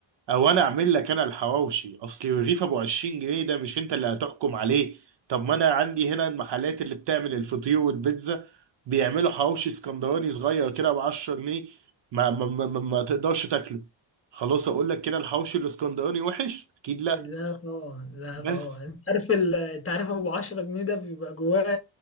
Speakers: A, on the right; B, on the left.
A: او انا اعمل لك انا الحواوشي اصلي الرغيف ابو 20 جنيه ده مش انت اللي هتحكم عليه طب ما انا عندي هنا المحلات اللي بتعمل الفطير والبيتزا بيعملوا حواوشي اسكندراني صغير كده ب 10 جنيه ما ما ما, ما, ما تقدرش تاكله خلاص اقول لك كده الحواوشي الاسكندراني وحش اكيد لا
B: لا طبعا لا
A: بس
B: طبعا انت عارف ال- انت عارف ابو عشرة جنيه ده بيبقى جواه